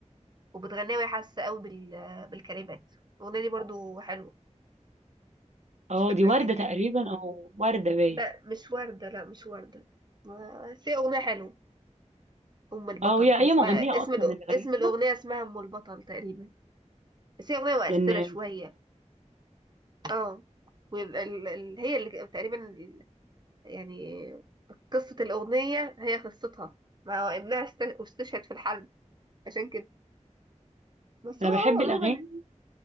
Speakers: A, on the right (about 35°); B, on the right (about 65°).
A: وبتغنيها وهي حاسة قوي بال... بالكلمات الأغنية دي برضه حلوة
B: اه
A: مش فاكرة
B: دي وردة
A: هي كانت
B: تقريبا
A: ايه
B: أو وردة باين
A: لا مش وردة لا مش وردة ما- بس هي أغنية حلوة ام البطل
B: اه هي
A: كان
B: أي
A: اسمها
B: مغنية
A: اسم
B: أصلا
A: الأ-
B: اللي
A: اسم
B: غنتها
A: الاغنيه اسمها ام البطل تقريبا بس هي اغنيه مؤثره
B: لأن
A: شويه اه وهي اللي ك- تقريبا ال- يعني قصه الاغنيه هي قصتها ما هو ابنها است- استشهد في الحرب عشان كده بس
B: أنا
A: هو
B: بحب
A: هو عموما
B: الأغاني